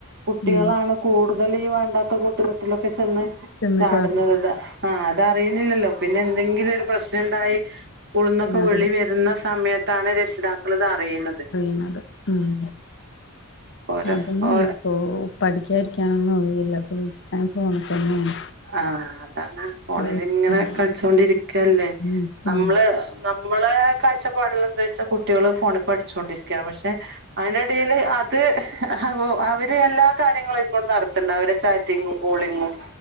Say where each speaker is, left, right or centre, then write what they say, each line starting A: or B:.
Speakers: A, on the right (about 50°); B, on the left (about 55°).
A: കുട്ടികളാണ്
B: ഉം
A: കൂടുതൽ ഈ വേണ്ടാത്ത കൂട്ടുകെട്ടിലൊക്കെ ചെന്ന്
B: ചെന്ന്
A: ചാടുന്നത്
B: ചാടുന്ന
A: ഇത ആഹ് അതറിയുന്നില്ലല്ലോ പിന്നെ എന്തെങ്കിലും ഒരു പ്രശ്നണ്ടായി സ്കൂളിന്നൊക്കെ
B: പിന്നെ
A: വിളി
B: അതിൽ
A: വ രുന്ന സമയത്താണ് രക്ഷിതാക്കൾ ത് അറിയുന്നത്
B: ന്നത് ഉം
A: ഓരോ
B: അതന്നേണിപ്പോ
A: ഓ
B: പഠിക്കാ ഇരിക്കാനൊന്നും ഒഴിവില്ല ഫുൾ ടൈം ഫോൺ തന്നെയാണ്
A: ആഹ് അതാണ് ഫോണിലിങ്ങനെ
B: ഫുൾ ടൈം
A: കളിച്ചോണ്ടിരിക്കല്ലേ
B: ഉം
A: നമ്മള്
B: ഉം
A: നമ്മളെ കാഴ്ചപ്പാട്ല് എന്താ വെച്ചാ കുട്ടികള് ഫോണിൽ പഠിച്ചുകൊണ്ടിരിക്കണ് പക്ഷേ അയിന്റെടീല് അത് അ അവര് എല്ലാ കാര്യങ്ങളും പ്പളും നടത്ത്ണ്ട് അവരെ ചാറ്റിങ്ങും കോളിങ്ങും